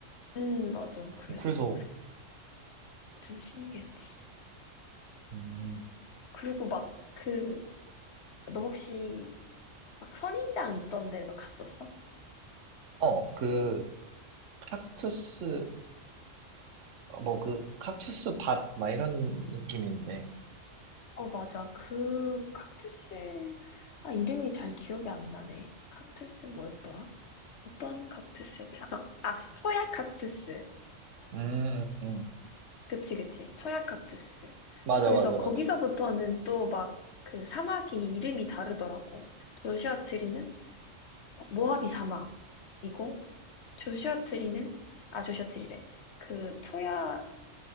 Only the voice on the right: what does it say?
그래서,
음,
어, 그, 칵투스, 어, 뭐 그, 칵투스 밭, 막 이런 느낌인데.
음, 음, 음.
맞아,
맞아, 맞아.